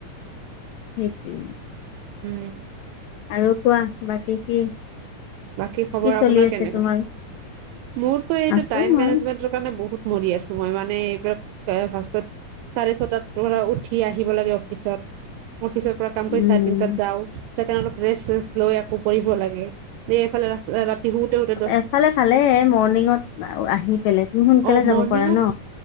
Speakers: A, on the left; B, on the right.
A: সেইটোৱে।
B: উম।
A: আৰু কোৱা বাকি কি
B: বাকি খবৰ
A: কি
B: আপোনাৰ
A: চলি আছে
B: কেনেকুৱা?
A: তোমাৰ
B: মোৰতো এইটো
A: আছো
B: টাইম
A: মই
B: মেনেজমেন্টৰ কাৰণে বহুত মৰি আছো। মই মানে এইবিলাক ফাৰ্ষ্টত চাৰে ছটাৰ পৰা উঠি আহিব লাগে অফিচত। অফিচৰ পৰা কাম কৰি
A: উম
B: চাৰে তিনিটাত যাওঁ, তাৰ কাৰণে অলপ ৰেষ্ট চেষ্ট লৈ আকৌ পঢ়িব লাগে। <unintelligible> শুতে শুতে
A: এফালে খালে মৰ্ণিঙত আহি পেলাই। তুমি সোনকালে
B: অ
A: যাব
B: মৰ্ণিঙত
A: পাৰা ন?